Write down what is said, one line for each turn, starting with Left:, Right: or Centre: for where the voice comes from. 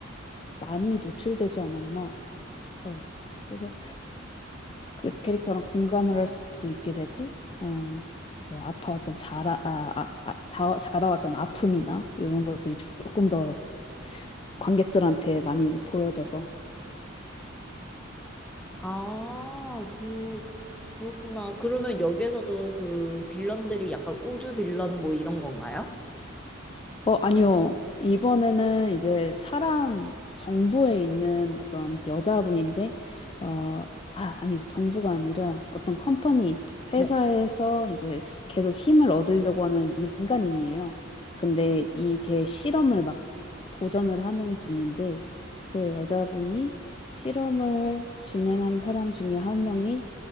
Left: 많이 노출되지 않았나 싶어요. 그래서 그 캐릭터랑 공감을 할 수도 있게 되고, 어, 뭐 아파왔던 자라, 아, 아, 아, 자, 자라왔던 아픔이나 이런 것들이 조금 더 관객들한테 많이 보여져서
Centre: 아, 그, 그렇구나. 그러면 여기에서도 그 빌런들이 약간 우주 빌런 뭐 이런 건가요?
Left: 어, 아니요. 이번에는 이제 사람, 정부에 있는 어떤 여자분인데, 어, 아, 아니요. 정부가 아니라 어떤 컴퍼니,
Centre: 네.
Left: 회사에서 이제 계속 힘을 얻으려고 하는 민간인이에요. 근데 이게 실험을 막 도전을 하는 분인데, 그 여자분이 실험을 진행한 사람 중에 한 명이